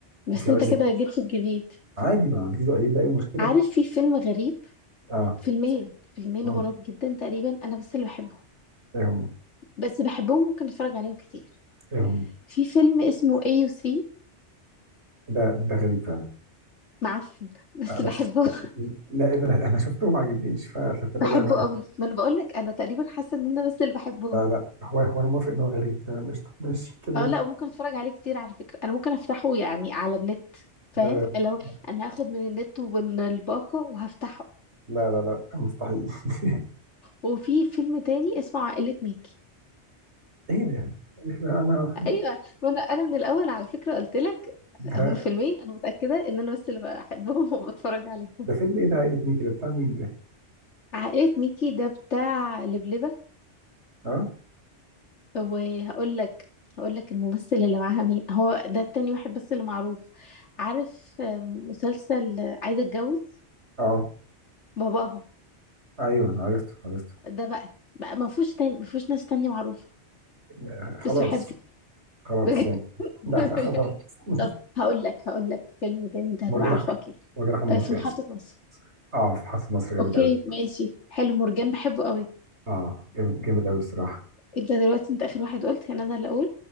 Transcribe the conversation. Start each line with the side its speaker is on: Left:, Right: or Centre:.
Left: بس
Right: وفي هقول
Left: انت كده
Right: لك
Left: جبت الجديد
Right: عادي ما هو جديد وقديم بقى ايه المشكله
Left: عارف في فيلم غريب
Right: اه
Left: فيلمين فيلمين
Right: مم.
Left: غراب جدا تقريبا انا بس اللي بحبهم
Right: ايه هم
Left: بس بحبهم ممكن اتفرج عليهم كتير
Right: ايه هم
Left: في فيلم اسمه AUC
Right: ده ده غريب فعلا
Left: معفن بس
Right: آه لا
Left: بحبه
Right: لا انا انا شفته وما عجبنيش ف- ف-
Left: <applause>
Right: فتمام
Left: بحبه
Right: انا
Left: قوي ما انا بقول لك انا تقريبا حاسه ان انا بس اللي بحبهم
Right: لا لا هو هو انا موافق ان هو غريب تمام قشطه ماشي كملي
Left: اه لا وممكن اتفرج عليه كتير على فكره انا ممكن افتحه يعني على النت
Right: لا
Left: فاهم
Right: لا
Left: اللي هو انا هاخد من النت ومن الباقه وهفتحه
Right: لا لا لا مستحيل <laughs>
Left: وفي فيلم تاني اسمه عائله ميكي
Right: ايه ده؟ ما-
Left: ايوه ما انا انا من الاول على فكره قلت لك
Right: ما-
Left: هم فيلمين انا متاكده ان انا بس اللي بحبهم وبتفرج عليهم
Right: ده فيلم ايه ده عائلة ميكي ده بتاع مين ده؟
Left: عائله ميكي ده بتاع لبلبه
Right: اه
Left: طب وهقول لك هقول لك الممثل اللي معاها مين هو ده التاني واحد بس اللي معروف عارف آم، مسلسل عايزة اتجوز
Right: اه
Left: باباها
Right: ايوه أنا عرفته عرفته
Left: ده بقى بقى ما فيهوش تاني ما فيهوش ناس تانية معروفة
Right: آه، خلاص
Left: بس بحبه
Right: خلاص
Left: بجد.
Right: يعني <laughs> لا
Left: <laughs>
Right: لا خلاص <laughs>
Left: طب هقول لك هقول لك فيلم تاني انت هتبقى
Right: مرجان
Left: عارفه
Right: أحمد-
Left: اكيد
Right: مرجان احمد مرجان
Left: آه، في محطة مصر
Right: اه في حرس مصر جامد
Left: اوكي
Right: قوي
Left: ماشي حلو مرجان بحبه قوي
Right: اه جامد جامد قوي الصراحه
Left: انت دلوقتي انت اخر واحد قلت يعني انا اللي اقول